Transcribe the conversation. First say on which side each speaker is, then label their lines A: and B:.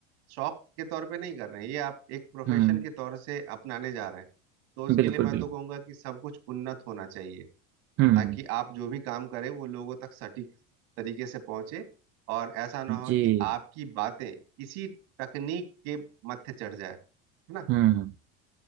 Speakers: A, on the right; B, on the right.
A: शौक के तौर पे नहीं कर रहे हैं ये आप एक प्रोफेशन
B: हम्म
A: के तौर से अपनाने जा रहे हैं तो उसके
B: बिल्कुल
A: लिए मैं
B: बिल्कुल
A: तो कहूंगा कि सब कुछ उन्नत होना चाहिए
B: हम्म
A: ताकि आप जो भी काम करें वो लोगों तक सटीक तरीके से पहुंचे और ऐसा ना
B: जी
A: हो कि आपकी बातें किसी तकनीक के मत्थे चढ़ जाए है ना
B: हम्म